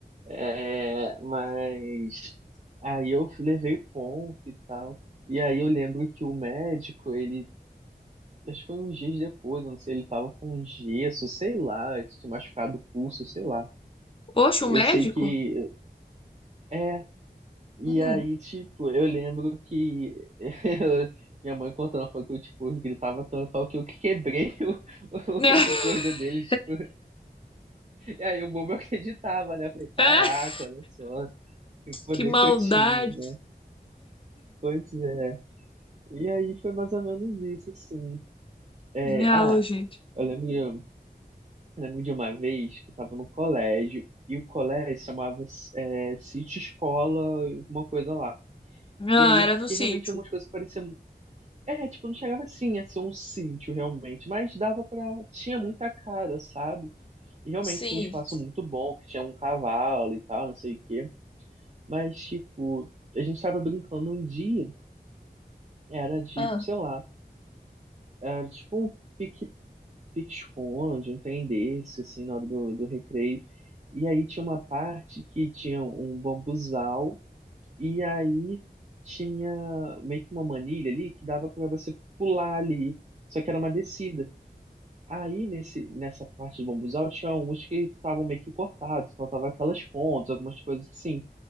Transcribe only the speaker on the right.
É, mas aí eu levei o ponto e tal. E aí eu lembro que o médico, ele Acho que foi uns dias depois, eu não sei, ele tava com gesso, sei lá, ele tinha machucado o pulso, sei lá.
Eu
sei que. É, e
aí, tipo, eu lembro que. <laughs> Minha mãe contando, falou que eu, tipo, gritava tanto tal que eu que quebrei o, <laughs>
o- o coisa dele, tipo. E aí o bobo <laughs> acreditava, né? Eu falei, caraca,
olha só, que poder
que eu tinha, né? Pois é. E aí foi mais ou menos isso, assim. É,
ah,
eu lembro. Eu lembro de uma vez que eu estava no colégio e o colégio se chamava é, City Escola, alguma coisa lá.
E aí
é porque
realmente algumas coisas pareciam. É, tipo, não chegava assim a ser um sítio realmente, mas dava pra. Tinha muita cara, sabe? E realmente
tinha um espaço muito bom, que tinha um cavalo e tal, não sei o quê. Mas, tipo, a gente estava brincando um dia, era de,
sei lá, era tipo um pique pique-esconde, um trem desse, assim, na hora do, do recreio. E aí tinha uma parte que tinha um bambuzal, e aí tinha meio que uma manilha ali que dava para você pular ali, só que era uma descida. Aí nesse, nessa parte do bambuzal tinha uns que estavam meio que cortados, faltava aquelas pontas, algumas coisas assim.